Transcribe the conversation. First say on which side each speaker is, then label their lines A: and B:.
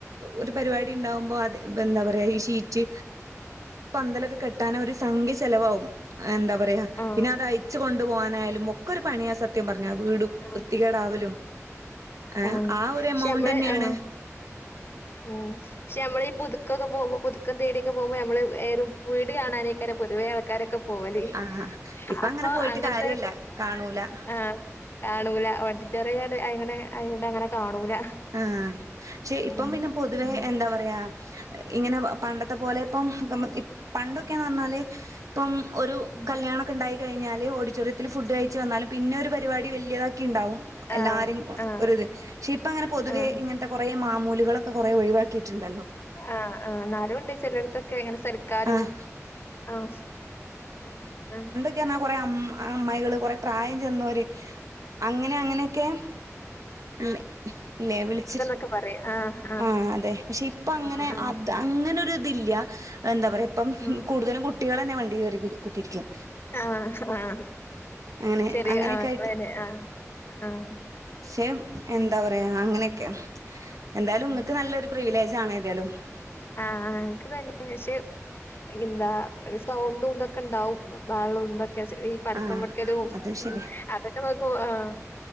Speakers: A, on the right; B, on the left.
A: ഒരു പരിപാടി ണ്ടാവുമ്പോ അത് എന്താ പറയാ ഈ ശീറ്റ് പന്തലൊക്കെ കെട്ടാനൊരു സംഖ്യ ചെലവാവും എന്താ പറയാ
B: ആഹ്
A: പിന്നെ അത് അയിച്ച്കൊ ണ്ടു പോവാനായാലും ഒക്കെരു പണിയാ സ ത്യം പറഞ്ഞ വീടും
B: ആഹ്
A: വൃത്തികേടാവലും
B: ഉം
A: ഏഹ്
B: ആഹ്
A: ആ ഒരു
B: പക്ഷെ
A: എമൗണ്ടന്നെണ്
B: നമ്മള് ആഹ് ഉം പക്ഷെ നമ്മളീ പുതുക്കൊക്കെ പോവുമ്പോ പുതുക്കം തേടിയൊക്കെ പോകുമ്പോ നമ്മള് ഏറും വീട് കാണാ നെയ് കാരം പൊതുവെ ആൾക്കാരൊക്കെ പോലെ
A: ആഹ് ഇപ്പ
B: അപ്പൊ
A: അങ്ങനെ പോയിട്ട്
B: അങ്ങൻത്തതൊക്കെ
A: കാര്യല്ല കാണൂല.
B: ആഹ് കാണൂല ഓഡിറ്റോറിയാണ്ട് അങ്ങനെ ആയോണ്ട് അങ്ങനെ കാണൂല
A: ആഹ് ക്ഷെ ഇപ്പം
B: ഉം.
A: പിന്നെ പൊതുവെ എന്താ പറയാ ഇങ്ങനെ പണ്ടത്തെ പോലെ ഇപ്പം നമ്മ പണ്ടൊക്കെന്ന് പറഞ്ഞാല് ഇപ്പം ഒരു
B: ഉം.
A: കല്യാണക്കണ്ടായികഴിഞ്ഞാല് ഓഡിറ്റോറിയത്തിൽ ഫുഡ് കഴിച്ച് വന്നാലും പിന്നെ ഒരു പരിപാടി വല്ല്യതാക്കിണ്ടാവും എല്ലാര്യിം
B: ആഹ് ആഹ്
A: ഒര് ഇത് പക്ഷെ ഇപ്പ അങ്ങനെ പൊതുവേ
B: ആഹ്
A: ഇ ങ്ങൻത്ത കൊറെ മാമൂലുകളൊക്കെ കൊറെേ ഒഴിവാക്കിയിട്ടുണ്ടല്ലോ
B: ആഹ് ആഹ് ന്നാലുംണ്ട് ചെലോര് തൊക്കെ ഇങ്ങനെ സൽക്കാരും
A: ആഹ്
B: ആഹ് ആഹ്
A: ക്ക് പറഞ്ഞാ കൊറെ അമ്മ അമ്മായികള് കൊറെ പ്രായംചെന്നോര് അങ്ങനെ അങ്ങനെക്കെ ഇല്ലേ ഇല്ലേ വിളിച്
B: ഒക്കെ പറയും ആഹ്
A: ആഹ് അതെ പക്ഷെ ഇപ്പ
B: ആഹ്
A: അങ്ങനെ അങ്ങനൊര്ത് ല്ല്യ എന്താ പറയാ ഇപ്പം
B: ആഹ്
A: കൂടുതലും കു ട്ട്യാളന്നെ വണ്ടി കേറി കു കുത്തിരിക്കും
B: ആഹ് ആഹ്
A: അങ്ങനെ
B: ചെറി
A: അങ്ങനെയൊക്കെ
B: ആഹ് ക്കളെന്നെ ആഹ് ആഹ്
A: ക്ഷെ എന്താ പറയാ അങ്ങനെക്കെണ് എന്തായാലും
B: ആഹ്
A: ഇങ്ങക്ക് നല്ലൊരു പ്രിവിലേജ് ആണ് ഏതായാലും
B: ആഹ് ഇൻക്ക് തന്നെ പഷേ എന്താ ഒര് സൗണ്ടും ഇതൊക്കെ ഇണ്ടാവും ബഹളും ഇതൊക്കെ ചെ ഈ പടക്കം
A: ആഹ്
B: വെക്കലും
A: അത് ശരിയാ
B: അതൊക്കെ നോക്കുമ്പോ ആഹ്